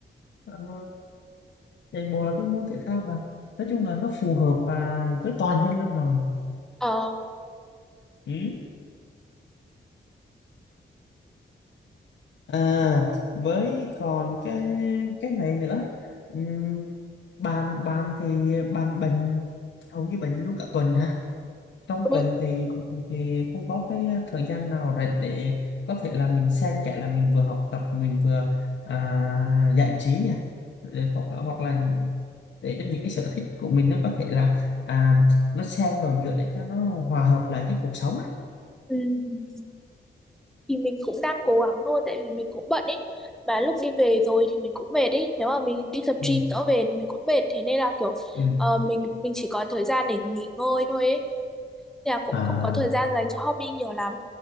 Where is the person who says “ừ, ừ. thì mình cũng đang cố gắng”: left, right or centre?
Centre